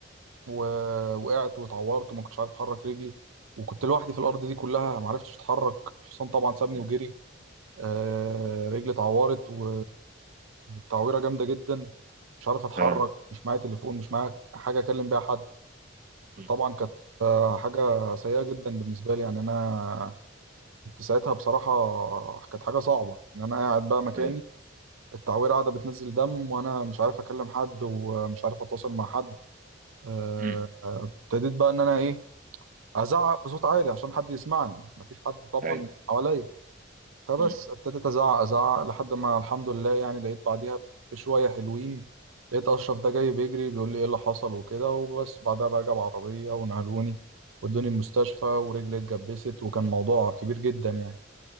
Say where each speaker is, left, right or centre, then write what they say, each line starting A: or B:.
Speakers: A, on the right (about 80°); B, on the right (about 40°).
A: ووقعت واتعورت وما كنتش عارف احرك رجلي وكنت لوحدي في الارض دي كلها ما عرفتش اتحرك الحصان طبعا سابني
B: مم.
A: وجري آه رجلي اتعورت و... والتعويره جامده جدا مش عارف اتحرك
B: اه
A: مش معايا تليفون مش معايا حاجه اكلم بيها حد
B: مم.
A: طبعا كانت آه، حاجه سيئه جدا بالنسبه لي يعني انا كنت ساعتها بصراحه كانت حاجه صعبه ان انا قاعد بقى مكاني
B: ايوه
A: التعويره قاعده بتنزل دم وانا مش عارف اكلم حد ومش عارف اتواصل مع حد آه،
B: مم.
A: ابتديت بقى ان انا ايه ازعق بصوت عالي عشان حد يسمعني مفيش حد طبعا
B: ايوه
A: حواليا فبس
B: مم.
A: ابتديت ازعق ازعق لحد ما الحمد لله يعني لقيت بعديها بشويه حلوين لقيت اشرف ده جاي بيجري بيقول لي ايه اللي حصل وكده وبس بعدها بقى جاب عربيه ونقلوني ودوني المستشفى ورجلي اتجبست وكان موضوع كبير جدا يعني